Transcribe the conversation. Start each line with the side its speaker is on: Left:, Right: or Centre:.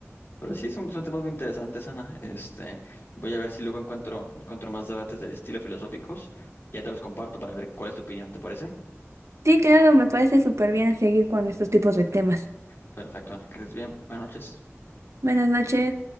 Left: Pero sí, son, son temas muy interesantes, Ana. Este, voy a ver si luego encuentro, encuentro más debates del estilo filosóficos. Ya te los comparto para ver cuál es tu opinión, ¿te parece?
Right: sí, claro, me parece súper bien seguir con estos tipos de temas.
Left: Perfecto, Ana, que estés bien. Buenas noches.
Right: Buenas noches.